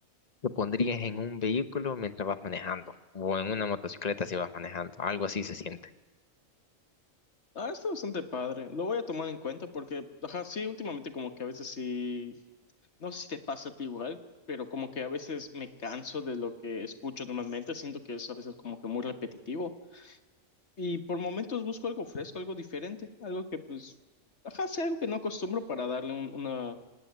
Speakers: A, on the left (about 35°); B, on the left (about 55°).
A: que pondrías en un vehículo mientras vas manejando o en una motocicleta si vas manejando. Algo así se siente.
B: Ah, está bastante padre. Lo voy a tomar en cuenta porque, ajá, sí, últimamente como que a veces sí, no sé si te pasa a ti igual, pero como que a veces me canso de lo que escucho normalmente, siento que es a veces como que muy repetitivo y por momentos busco algo fresco, algo diferente, algo que pues, ajá, sea algo que no acostumbro para darle un- una